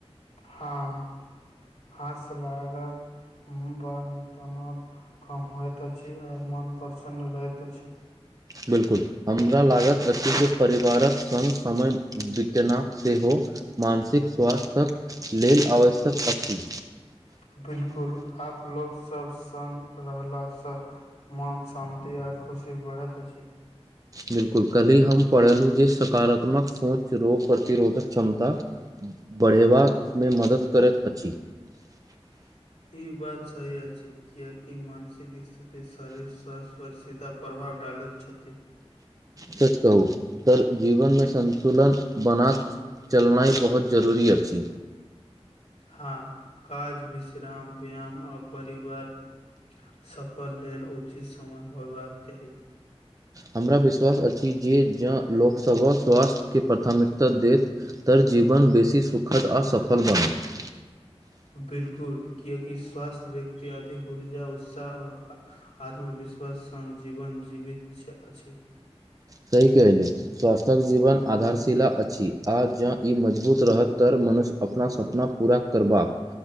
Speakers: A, on the left; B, on the right.
A: हँ हँस लागल बाद तनाव कम होइत अछि आ मन प्रसन्न रहैत अछि
B: बिल्कुल हमरा लागत अछि जे परिवारक सङ्ग समय बितेना सेहो मानसिक स्वास्थ्यक लेल आवश्यक अछि
A: बिल्कुल आप लोग सब संग रहला से मन शांति आ खुशी बढ़ैत अ छी
B: बिलकुल कल्हि हम पढ़ेलहुँ जे सकारात्मक सोच रोग प्रतिरोधक क्षमता बढ़यबामे मदद करैत अछि
A: ई बात सही अछि कियकि मानसिक स्थिति शरीर स्वास्थ्य पर सीधा प्रभाव डालेत छथि
B: सच कहू तऽ जीवनमे संन्तुलन बना चलनाई बहुत जरूरी अछि
A: हँ काज विश्राम व्यायाम आ परिवार सफल लेल उचित समय होयबाक चाही
B: हमरा विश्वास अछि जे जँ लोकसभा स्वास्थ्यके प्राथमिकता देत त जीवन बेसी सुखद आ सफल बनत
A: बिलकुल कियाकि स्वास्थ्य व्यक्ति अधिक ऊर्जा उत्साह आ आत्मवि विश्वास स जीवन जीवित अछि।
B: सही कहलिये स्वास्थ्यक जीवन आधारशिला अछि आ जँ ई मजबूत रहत तर मनुष्य अपना सपना पूरा करबाक